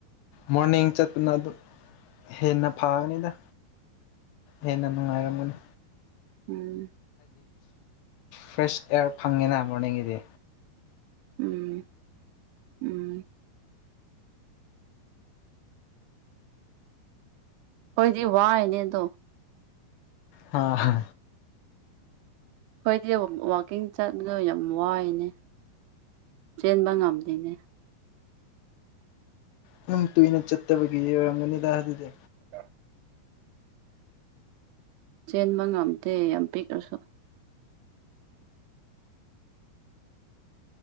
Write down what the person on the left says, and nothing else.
ꯃꯣꯔꯅꯤꯡ ꯆꯠꯇꯨꯅ ꯑꯗꯨ ꯍꯦꯟꯅ ꯐꯒꯅꯤꯗ ꯍꯦꯟꯅ ꯅꯨꯡꯉꯥꯏꯔꯝꯃꯅꯤ
ꯐ꯭ꯔꯦꯁ ꯑꯦꯌꯥꯔ ꯐꯪꯉꯤꯅꯦ ꯃꯣꯔꯅꯤꯡꯒꯤꯗꯤ
ꯑ ꯍꯥ
ꯑꯗꯨꯝ ꯀꯨꯏꯅ ꯆꯠꯇꯕꯒꯤ ꯑꯣꯏꯔꯝꯒꯅꯤꯗ ꯑꯗꯨꯗꯤ